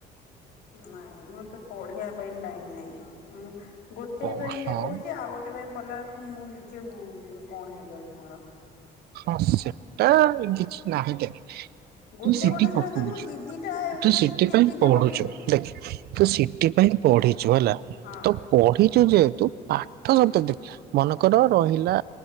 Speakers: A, on the left; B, on the right.
A: ନାଇଁ ମତେ ପଢ଼ିବା ପାଇଁ ଟାଇମ ନାହିଁ। ମୁଁ ଗୋଟେ
B: ଓ
A: ପାଇଁ
B: ହଁ
A: ଦେଖୁଛି ଆଉ ଗୋଟେ ପାଇଁ ପଢ଼ିଲା ବେଳକୁ ମୁଁ ନିଜେ କଣ ହେଇଯାଉଛି ମୋର
B: ହଁ ସେଟା କିଛି ନାହିଁ ଦେଖ୍
A: ଗୋଟେ
B: ତୁ ସେଠି
A: ଗୋଟେ ଥର
B: ପକଉଛୁ
A: ତ ମୁଁ ଦି ଦିଟା ଏଣ୍ଟ୍ରାନ୍ସ
B: ତୁ ସେଥିପାଇଁ
A: ତିନି ତିନିଟା
B: ପଢୁଛୁ
A: ପକେଇଥିବି।
B: ଦେଖ ତୁ ସେଥି ପାଇଁ ପଢିଛୁ ହେଲା
A: ହଁ
B: ତ ପଢିଛୁ ଯେହେତୁ ପାଠ
A: ହଁ
B: ମନେକର ରହିଲା